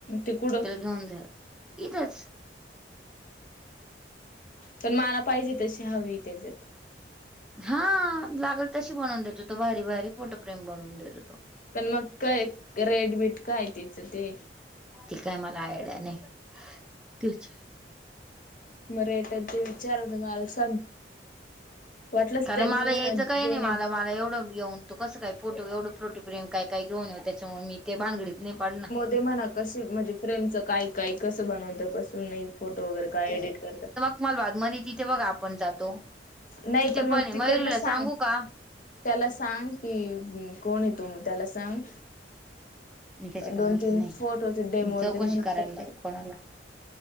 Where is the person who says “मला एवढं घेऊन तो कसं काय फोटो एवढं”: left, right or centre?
Centre